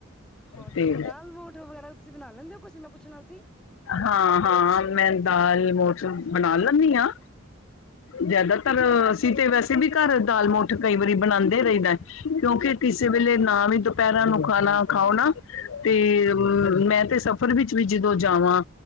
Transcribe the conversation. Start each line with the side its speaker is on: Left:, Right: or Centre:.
Centre: ਹੋਰ
Left: ਤੇ
Centre: ਸੁਣਾ ਦਾਲ ਮੋਠ ਵਗੈਰਾ ਤੁਸੀਂ ਬਣਾ ਲੈਂਦੇ ਹੋ, ਤੁਸੀੇ ਮੈਂ ਪੁੱਛਣਾ ਸੀ?
Left: ਹਾਂ-ਹਾਂ ਮੈਂ ਦਾਲ ਮੋਠ ਬਣਾ ਲੈਂਦੀ ਹਾਂ। ਜ਼ਿਆਦਾਤਰ ਅਸੀਂ ਤੇ ਵੈਸੇ ਵੀ ਘਰ ਦਾਲ ਮੋਠ ਕਈ ਵਾਰੀ ਬਣਾਉਦੇ ਰਹਿੰਦਾ। ਕਿਉਂਕਿ ਕਿਸੇ ਵੇਲੇ ਨਾ ਵੀ ਦੁਪਹਿਰਾਂ ਨੂੰ ਖਾਣਾ ਖਾਓ ਨਾ ਤੇ
Centre: ਹਾਂਜੀ,
Left: ਅ ਮੈਂ ਤੇ ਸਫ਼ਰ ਵਿੱਚ ਵੀ ਜਦੋਂ ਜਾਵਾਂ